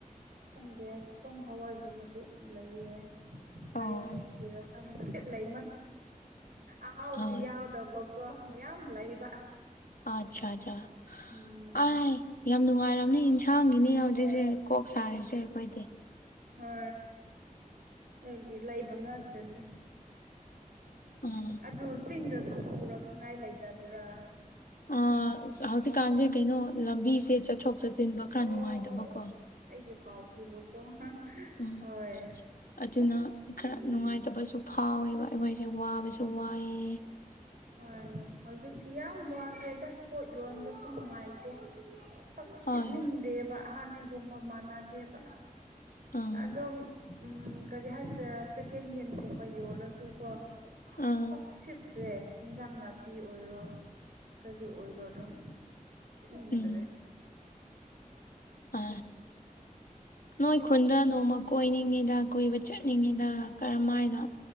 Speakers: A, on the right; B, on the left.
A: ꯈꯪꯗꯦ ꯄꯨꯡ ꯍꯋꯥꯏꯒꯨꯝꯕꯁꯨ ꯂꯩꯌꯦ
B: ꯑꯣ
A: ꯀꯔꯤ ꯊꯣꯡ ꯁꯤꯔ ꯈꯪꯗ꯭ꯔꯦ ꯂꯩ ꯑꯍꯥꯎꯕꯗꯤ
B: ꯍꯣꯏ
A: ꯌꯥꯎꯗꯕꯀꯣ ꯃꯌꯥꯝ ꯂꯩꯕ
B: ꯑꯠꯆꯥ ꯑꯠꯆꯥ
A: ꯎꯝ
B: ꯑ ꯌꯥꯝ ꯅꯨꯡꯉꯥꯏꯝꯅꯤ ꯌꯦꯟꯁꯥꯡꯒꯤꯅꯤ ꯍꯧꯖꯤꯛꯁꯦ
A: ꯍꯣꯏ
B: ꯀꯣꯛ ꯁꯥꯔꯤꯁꯦ ꯑꯩꯈꯣꯏꯗꯤ
A: ꯍ ꯑꯗꯨꯗꯤ ꯂꯩꯕ ꯉꯥꯛꯇꯅꯦ
B: ꯑꯣ
A: ꯑꯗꯨ ꯆꯤꯡꯗꯁꯨ ꯄꯨꯔꯛꯅꯤꯉꯥꯏ ꯂꯩꯇꯕ꯭ꯔꯥ
B: ꯑ ꯍꯧꯖꯤꯛꯀꯥꯟꯁꯦ ꯀꯩꯅꯣ ꯂꯝꯕꯤꯁꯦ ꯆꯠꯊꯣꯛ ꯆꯠꯁꯤꯟꯕ
A: ꯑꯣ
B: ꯈꯔ ꯅꯨꯡꯉꯥꯏꯗꯕꯀꯣ
A: ꯑꯣ ꯑꯣ ꯑꯩꯗꯣ ꯀꯥꯎꯈꯤꯕꯀꯣ
B: ꯎꯝ
A: ꯍꯣꯏ
B: ꯑꯗꯨꯅ
A: ꯑꯁ
B: ꯈꯔ
A: ꯎꯝ
B: ꯅꯨꯡꯉꯥꯏꯇꯕꯁꯨ ꯐꯥꯎꯋꯦꯕ ꯑꯩꯈꯣꯏꯁꯦ ꯋꯥꯕꯁꯨ
A: ꯎꯝ
B: ꯋꯥꯏꯑꯦ
A: ꯍꯣꯏ ꯍꯧꯖꯤꯛꯇꯤ ꯌꯥꯝ ꯋꯥꯈ꯭ꯔꯦꯗ ꯄꯣꯠ ꯌꯣꯟꯕꯁꯨ ꯅꯨꯡꯉꯥꯏꯇꯦ ꯄꯪ
B: ꯍꯣꯏ
A: ꯁꯤꯠꯅꯤꯡꯗꯦꯕ ꯍꯍꯥꯟꯅꯒꯨꯝꯕ ꯃꯥꯟꯅꯗꯦꯕ
B: ꯑꯥ
A: ꯑꯗꯨꯝ ꯎꯝ ꯀꯔꯤ ꯍꯥꯏꯁꯦ ꯁꯦꯀꯦꯟ ꯍꯦꯟꯒꯨꯝꯕ ꯌꯣꯜꯂꯁꯨ ꯀꯣ
B: ꯑꯥ
A: ꯑꯣꯛꯁꯤꯠ꯭ꯔ ꯍꯦꯟꯖꯥꯡ ꯅꯥꯄꯤ ꯑꯣꯏꯔꯣ ꯀꯔꯤ ꯑꯣꯏꯔꯣ ꯑꯗꯨꯝ ꯎꯗꯔꯦ
B: ꯎꯝ ꯑ ꯅꯣꯏ
A: ꯁꯤꯠ
B: ꯈꯨꯟꯗ ꯅꯣꯡꯃ ꯀꯣꯏꯅꯤꯡꯉꯤꯗ ꯀꯣꯏꯕ ꯆꯠꯅꯤꯡꯉꯤꯗ ꯀꯔꯝꯃꯥꯏꯅꯅ